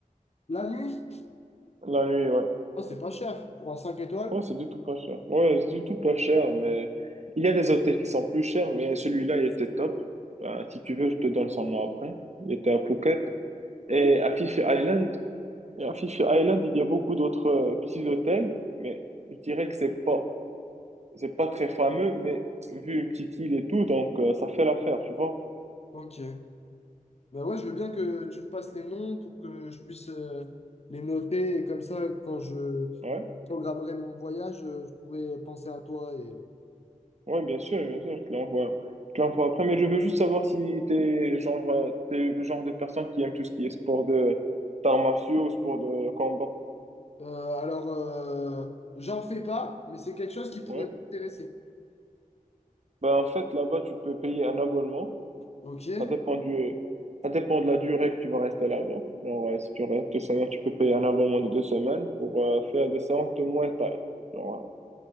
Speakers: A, on the left; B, on the right.
A: la nuit?
B: La nuit, ouais.
A: Oh, c'est pas cher pour un 5 étoiles?
B: Ouais, c'est du tout pas cher. Ouais, c'est du tout pas cher, mais il y a des hôtels qui sont plus chers, mais celui-là, il était top. Ben, si tu veux, je te donne son nom après. Il était à Phuket.
A: Ouais.
B: Et à Fifi Island, Et à Fisher Island, il y a beaucoup d'autres euh, petits hôtels, mais je dirais que c'est pas, c'est pas très fameux, mais vu une petite île et tout, donc euh, ça fait l'affaire, tu vois.
A: Ok. Bah ouais, je veux bien que tu me passes les noms pour que je puisse euh, les noter et comme ça, quand je
B: Ouais,
A: programmerai mon voyage, euh, je pourrai penser à toi. Et, euh,
B: ouais, bien sûr, bien sûr, je te l'envoie. Je te l'envoie après, mais je veux juste savoir si t'es genre, euh, t'es le genre de personne qui aime tout ce qui est sport de d'arts martiaux ou sport de combat.
A: euh, alors, euh, j'en fais pas, mais c'est quelque chose qui pourrait
B: Ouais.
A: m'intéresser.
B: Ben, en fait, là-bas, tu peux payer un abonnement.
A: Ok.
B: Ça dépend du, ça dépend de la durée que tu vas rester là-bas. Genre, euh, si tu restes deux semaines, tu peux payer un abonnement de deux semaines pour euh, faire des séances de Muay Thai. Genre,